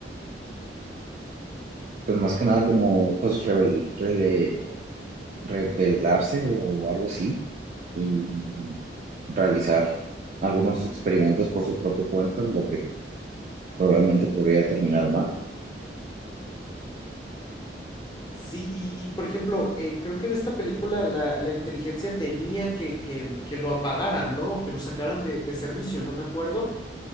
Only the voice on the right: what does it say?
Pues más que nada como pues rebel- rele- rebelarse o algo así y realizar algunos experimentos por su propia cuenta, lo que probablemente podría terminar mal.